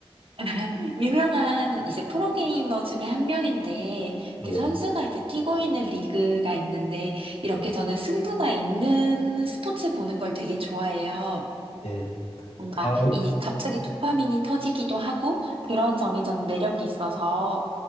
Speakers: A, on the right (about 60°); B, on the left (about 70°).
A: <laughs> 유명한 이제 프로게이머 중에 한 명인데
B: 네.
A: 그 선수가 이제 뛰고 있는 리그가 있는데 이렇게
B: 네.
A: 저는 승부가 있는 스포츠 보는 걸 되게 좋아해요.
B: 네.
A: 뭔가
B: 아,
A: 이 갑자기 도파민이 터지기도 하고 그런 점이 저는 매력이 있어서